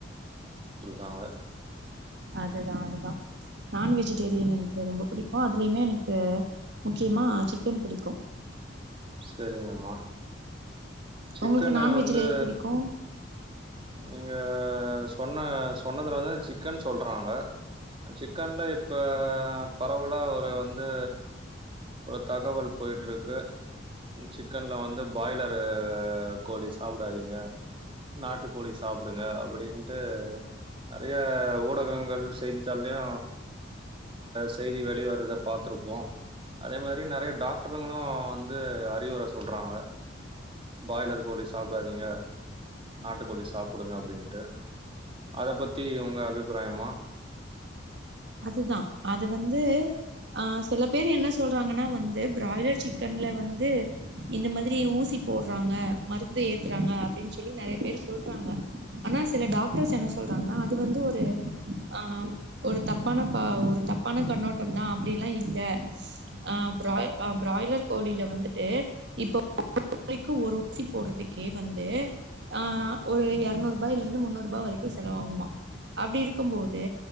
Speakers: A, on the right; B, on the right.
A: காங்க
B: அதுதா அதுதா நான்வெஜிடேரியன் எனக்கு ரொம்ப புடிக்கு அதுலயுமே எனக்கு முக்கியமா சிக்கன் புடிக்கு
A: செரிங்கம்மா சிக்கன
B: உங்களுக்கு நான்வெஜ்ல
A: வந்து
B: எது பிடிக்கு
A: நீங்க சொன்ன சொன்னதுல வந்து சிக்கன் சொல்றாங்க சிக்கன்ல இப்போ பரவல ஒரு வந்து ஒரு தகவல் போய்ட்ருக்கு சிக்கன்ல வந்து பாய்லரு கோழி சாப்டாதீங்க நா ட்டு கோழி சாப்டுங்க அப்படின்ட்டு நெறைய ஊடகங்கள் செய்தித்தாலியு செய்தி வெளிவருற்த பாத்துருப்போ அதே மாரி ப்டின் நெறைய டாக்டருங்களு வந்து சில அறிவுர சொல்றாங்க பாய்லர் கோழி சாப்டாதீங்க நாட்டுக்கோழி சாப்புடுங்க அ அப்டின்ட்டு அத பத்தி உங்க அபிப்பிராயமா
B: அதுதா அது வந்து அ சில பேர் என்ன சொல்றாங்கன்னா வந்து பிராய்லர் சிக்கன்ல வந்து இந்த மாதிரி ஊசி போட்றாங்க மருந்து ஏத்துறாங்க அப்டின் சொல்லி நெறைய பேரு சொல்றாங்க ஆனா சில டாக்டஸ் என்ன சொல்றாங்கனா அது வந்து ஒரு அ ஒரு தப் பான ஒரு தப்பான கண்ணோட்டோந்தா அப்டியெல்லா இல்ல அ <unintelligible> அ பிராய்லர் கோழில வந்துட்டு இப்போ கோழிக்கு ஒரு ஊசி போட்றதுக்கே வந்து அ ஒரு எர்நூருபாய்லருந்து முன்னூருபா வரைக்கு செலவாகுமா அப்டி இருக்கும் போது